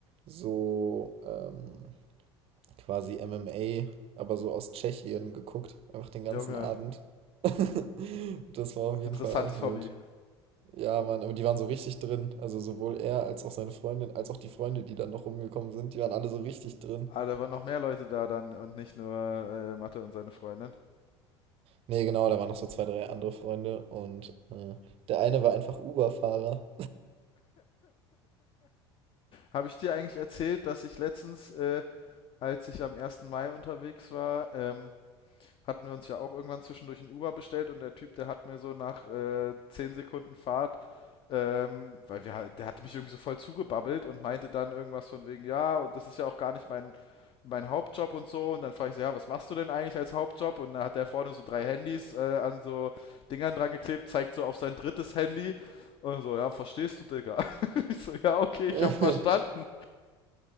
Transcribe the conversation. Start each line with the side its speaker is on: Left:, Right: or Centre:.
Right: so ähm, quasi MMA, aber so aus Tschechien geguckt, einfach den ganzen
Left: Junge,
Right: Abend. <laughs> Das war auf jeden
Left: interessantes
Right: Fall auch wild.
Left: Hobby.
Right: Ja, Mann, aber die waren so richtig drin. Also sowohl er als auch seine Freundin, als auch die Freunde, die dann noch rumgekommen sind, die waren alle so richtig drin.
Left: Ah, da waren noch mehr Leute da dann und nicht nur äh, Mathe und seine Freundin.
Right: Nee, genau, da waren noch so zwei, drei andere Freunde und äh, der eine war einfach Uber-Fahrer.
Left: Habe ich dir eigentlich erzählt, dass ich letztens, äh, als ich am ersten Mai unterwegs war, ähm, hatten wir uns ja auch irgendwann zwischendurch ein Uber bestellt und der Typ, der hat mir so nach äh, 10 Sekunden Fahrt Ähm, weil wir, halt- der hat mich irgendwie so voll zugebabbelt und meinte dann irgendwas von wegen, ja, und das ist ja auch gar nicht mein, mein Hauptjob und so. Und dann frage ich so, ja, was machst du denn eigentlich als Hauptjob? Und da hat der vorne so drei Handys äh, an so Dingern dran geklebt, zeigt so auf sein drittes Handy. Und so, ja, verstehst du, Digga? <laughs> Ich so, ja, okay, ich
Right: <laughs>
Left: hab verstanden.